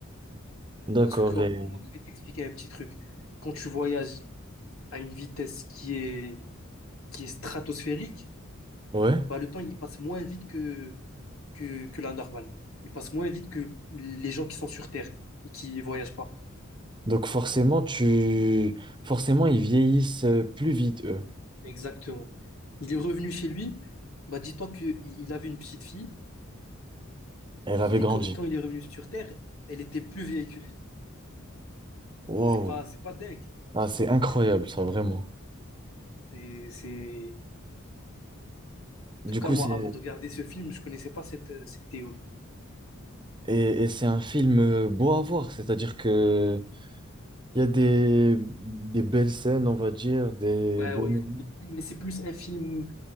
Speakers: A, on the right; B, on the left.
A: D'accord.
B: Parce que quand-
A: Et...
B: je vais t'expliquer un petit truc. Quand tu voyages à une vitesse qui est, qui est stratosphérique,
A: Ouais.
B: bah le temps il passe moins vite que, que, que la normale. Il passe moins vite que les gens qui sont sur Terre et qui voyagent pas.
A: Donc forcément, tu... forcément, ils vieillissent euh, plus vite, eux.
B: Exactement. Il est revenu chez lui, bah dis-toi qu'il il avait une petite fille.
A: Elle
B: et
A: avait
B: Il
A: grandi.
B: est, quand quand il est revenu sur Terre, elle était plus vieille que lui.
A: Wow.
B: C'est pas, c'est pas dingue.
A: Ah, c'est incroyable, ça, vraiment.
B: C'est, c'est...
A: Du
B: En tout cas,
A: coup,
B: moi,
A: c'est...
B: avant de regarder ce film, je connaissais pas cette, cette théorie.
A: Et, et c'est un film euh, beau à voir, c'est-à-dire que il y a des... des belles scènes, on va dire, des
B: Ouais,
A: beaux
B: ouais.
A: moments.
B: Mais c'est plus un film